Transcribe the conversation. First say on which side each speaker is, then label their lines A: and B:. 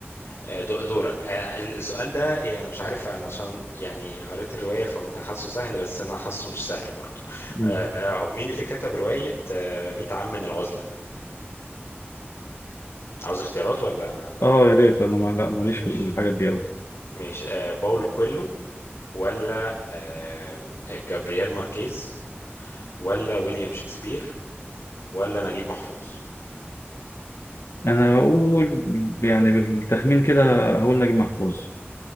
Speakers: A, on the left; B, on the left.
A: آه، دو- دورك آه السؤال ده يعني مش عارف انا عشان يعني قريت الرواية فممكن حاسه سهل بس انا حاسه مش سهل برضه
B: مم.
A: آه آه، مين اللي كتب رواية آه 100 عام من العزلة عاوز اختيارات ولا
B: اه يا ريت انا ما لا ماليش
A: ماشي
B: في الحاجات دي قوي
A: ماشي آه باولو كويلو ولا آه جابرييل ماركيز ولا ويليام شكسبير ولا نجيب محفوظ
B: انا هقول يعني بالتخمين كده هقول نجيب محفوظ